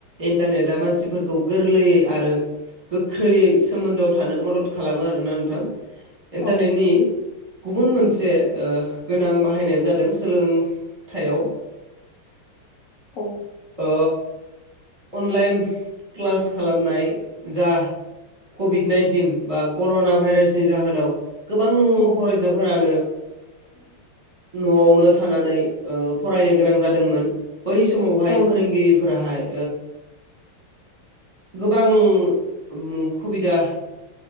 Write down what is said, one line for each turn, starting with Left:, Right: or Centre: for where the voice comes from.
Right: इन्टारनेटआ मानसिफोरखौ गोरलै आरो गोख्रैै सोमोन्दआव थानो मदद खालामो आरोना नोंथां इन्टारनेटनि।
Left: औ
Right: गुबुन मोनसे ओ गोनां बाहायनायानो जादों सोलोंथाइयाव
Left: औ।
Right: ओ अनलाइन क्लास खालामनाय जा कभिड नाइनटिन बा कर'ना भाइरासनि जाहोनाव गोबां
Left: औ
Right: फरायसाफोरानो ओ न'आवनो थानानै फरायनो गोनां जादोंमोन। बै समावहाय
Left: औ नंगौ
Right: फोरोंगिरिफोराहाय ओ गोबां मुं खुबिदा